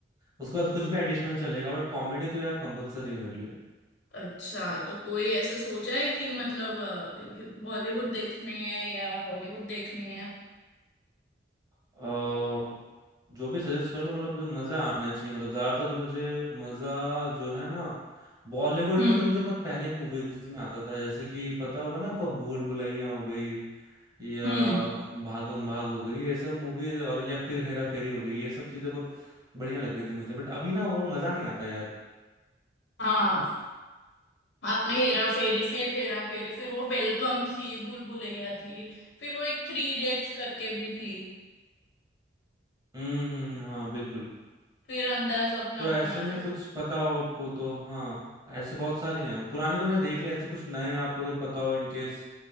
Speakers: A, on the right (about 20°); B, on the left (about 80°).
A: उसके बाद कुछ भी एडिशनल चलेगा बट कॉमेडी तो यार कंपलसरी है मेरे लिए
B: अच्छा तो कोई ऐसा सोचा है कि मतलब बॉलीवुड देखनी है या हॉलीवुड देखनी है
A: अ, जो भी सजेस्ट कर लो मतलब मजा आना चाहिए मतलब ज्यादातर तो मुझे मजा जो है ना बॉलीवुड
B: हम्म
A: में तो मुझे बहुत पहले की मूवीज में आता था जैसे कि पता होगा ना आपको भूल भुलैया हो गई या
B: हम्म
A: भागम भाग हो गई ये सब मूवी और या फिर हेरा फेरी हो गई ये सब चीजें बहुत बढ़िया लगती थी मुझे बट अभी ना वो मजा नहीं आता यार
B: हाँ आपने हेरा फेरी फिर हेरा फेरी फिर वो वेलकम थी भूल भुलैया थी फिर वो एक थ्री इडियट्स करके भी थी
A: हम्म हम्म, हाँ बिल्कुल
B: फिर अंदाज अपना
A: तो ऐसे
B: अपना
A: में
B: फिर
A: कुछ पता हो आपको तो हाँ ऐसे बहुत सारी हैं पुराने तो मैंने देख लिया ऐसे कुछ नए आपको अगर पता हो इनकेस